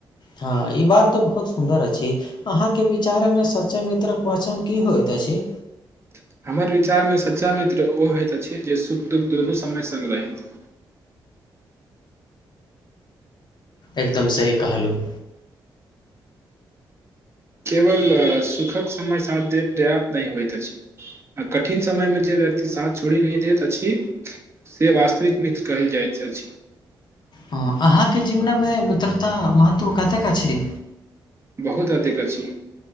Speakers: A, on the left; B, on the right.
A: हँ ई बात तऽ बहुत सुन्दर अछि अहां के विचार में सच्चा मित्रक पहचान की होयत क्या छि
B: <inaudible> हमर विचारमे सच्चा मित्र ओ होइत अछि जे सुख दुःख दुनू समय सङ्ग रहैत <inaudible>
A: एकदम सही कहलहुँ
B: केवल सुखक समय साथ जे पर्याप्त नहि होइत अछि आ कठिन समय मे जे व्यक्ति साथ छोड़ि नहि दैत अछि से वास्तविक मित कहल जाइत अछि
A: हँ अहाँके जिमनामे मित्रता महतत्व कतेक छै
B: बहुत अधिक अछी